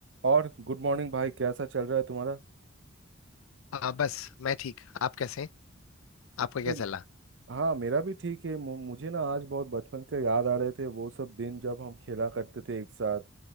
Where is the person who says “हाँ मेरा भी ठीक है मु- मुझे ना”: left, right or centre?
Right